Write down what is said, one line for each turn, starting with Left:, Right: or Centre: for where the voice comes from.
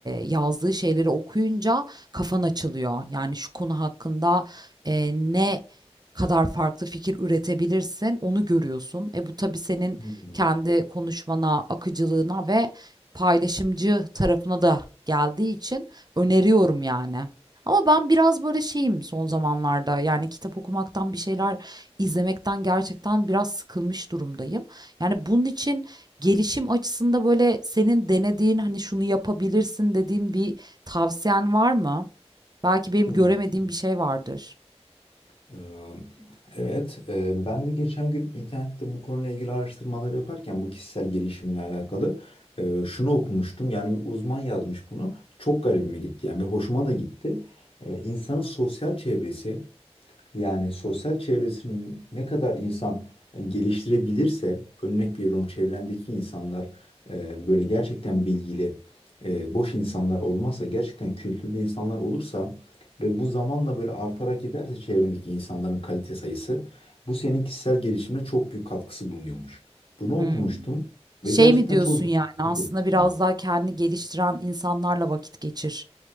Right: yazdığı şeyleri okuyunca kafan açılıyor. Yani şu konu hakkında eee, ne kadar farklı fikir üretebilirsin onu görüyorsun. E bu tabii senin
Left: Hı
Right: kendi konuşmana, akıcılığına ve paylaşımcı tarafına da geldiği için öneriyorum yani. Ama ben biraz böyle şeyim son zamanlarda. Yani kitap okumaktan, bir şeyler izlemekten gerçekten biraz sıkılmış durumdayım. Yani bunun için gelişim açısında böyle senin denediğin hani şunu yapabilirsin dediğin bir tavsiyen var mı? Belki benim
Left: hı.
Right: göremediğim bir şey vardır.
Left: Ee, Evet, e, ben de geçen gün internette bu konuyla ilgili araştırmalar yaparken bu kişisel gelişimle alakalı e, şunu okumuştum. Yani bir uzman yazmış bunu. Çok garibime gitti yani ve hoşuma da gitti. E, İnsanın sosyal çevresi yani sosyal çevresini ne kadar insan e, geliştirebilirse, örnek veriyorum çevrendeki insanlar e, böyle gerçekten bilgili, e, boş insanlar olmazsa, gerçekten kültürlü insanlar olursa ve bu zamanla böyle artarak giderse çevrendeki insanların kalite sayısı, bu senin kişisel gelişimine çok büyük katkısı bulunuyormuş. Bunu
Right: Hmm.
Left: okumuştum
Right: Şey
Left: ve gerçekten
Right: mi diyorsun
Left: çok
Right: yani aslında
Left: çok etkili
Right: biraz
Left: yani.
Right: daha kendini geliştiren insanlarla vakit geçir.